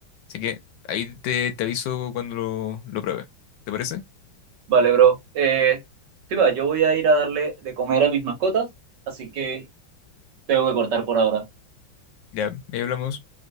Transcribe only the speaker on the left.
Así que ahí te, te aviso cuando lo, lo pruebe. ¿Te parece?
Ya, ahí hablamos.